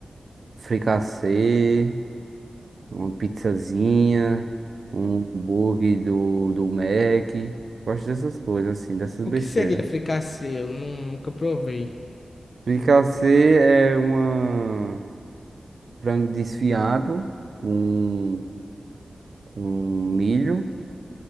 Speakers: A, on the right; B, on the left.
A: fricassê, uma pizzazinha, um hambúrguer do, do Mac. Gosto dessas coisas, assim, dessas
B: O
A: besteiras.
B: que seria fricassê? Eu nu- nunca provei.
A: Fricassê é uma frango desfiado com, com milho,